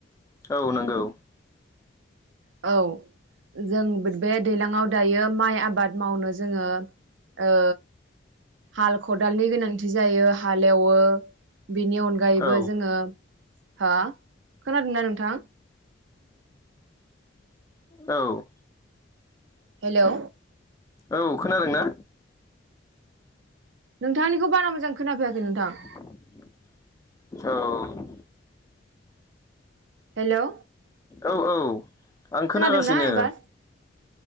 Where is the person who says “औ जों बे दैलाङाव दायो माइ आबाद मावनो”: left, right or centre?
Right